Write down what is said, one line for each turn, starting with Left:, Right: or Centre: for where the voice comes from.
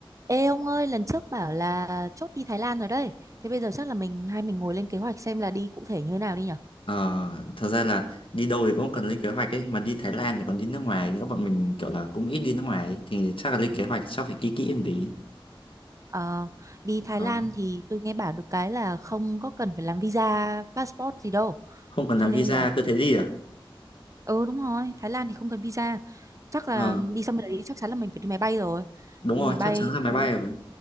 Right: Ê ông ơi, lần trước bảo là chốt đi Thái Lan rồi đấy. Thế bây giờ chắc là mình hai mình ngồi lên kế hoạch xem là đi cụ thể như thế nào đi nhỉ?
Left: Ờ, thật ra là đi đâu thì cũng cần lên kế hoạch ấy mà đi Thái Lan thì còn đi nước ngoài nữa bọn mình kiểu là cũng ít đi nước ngoài ấy. thì chắc là lên kế hoạch chắc phải kỹ kỹ một tí
Right: Ờ, đi Thái
Left: Đó.
Right: Lan thì tôi nghe bảo được cái là không có cần phải làm visa, passport gì đâu.
Left: không cần
Right: Cho
Left: làm
Right: nên
Left: visa
Right: là,
Left: cứ thế đi à
Right: ừ đúng rồi, Thái Lan thì không cần visa. Chắc là
Left: ờ,
Right: đi sang bên đấy chắc chắn là mình phải đi máy bay rồi.
Left: đúng
Right: Đi
Left: rồi
Right: máy bay
Left: chắc chắn là máy
Right: ờ,
Left: bay rồi